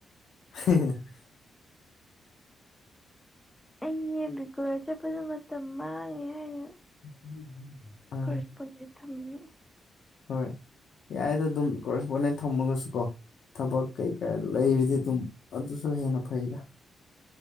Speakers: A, on the left; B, in the centre.
A: <unintelligible>
B: ꯑꯩꯅꯦ ꯕꯤꯀꯂ ꯆꯠꯄꯗꯣ ꯃꯇꯝ ꯃꯥꯡꯉꯦ ꯍꯥꯏꯅ
A: <unintelligible>
B: ꯀꯔꯦꯁꯄꯣꯟꯗꯦꯠ ꯊꯝꯕꯤꯌꯨ
A: ꯍꯣꯏ ꯌꯥꯏꯗꯣ ꯑꯗꯨꯝ ꯀꯣꯔꯦꯁꯄꯣꯟꯗꯦꯟ ꯊꯝꯃꯒꯁꯨ ꯀꯣ ꯊꯕꯛ ꯀꯩꯀꯥ ꯂꯩꯔꯤꯗꯤ ꯑꯗꯨꯝ ꯑꯗꯨꯁꯨ ꯍꯦꯟꯅ ꯐꯩꯗ